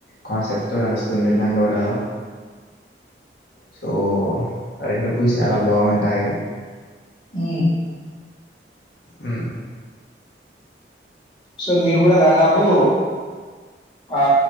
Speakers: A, on the left (about 65°); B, on the left (about 25°).
A: కాన్సెప్ట్తో నడుస్తుంది దండోరాలో సో రెండు పూజ చాలా బాగుంటాయి
B: అ
A: అ
B: సో మీరు కూడా దాదాపు ఆ